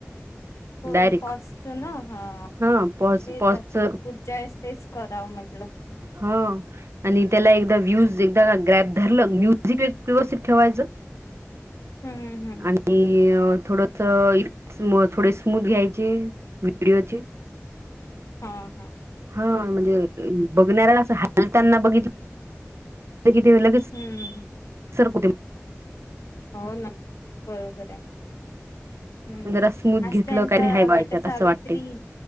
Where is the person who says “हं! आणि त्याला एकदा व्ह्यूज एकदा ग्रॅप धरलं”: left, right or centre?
Right